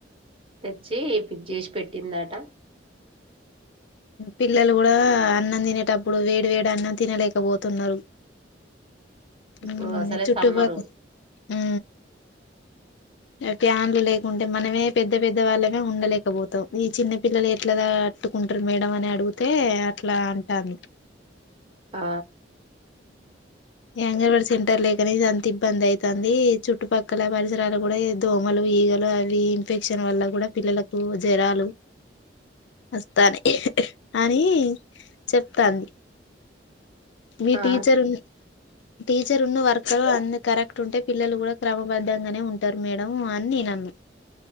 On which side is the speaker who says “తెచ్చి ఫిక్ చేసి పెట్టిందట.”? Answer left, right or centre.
Right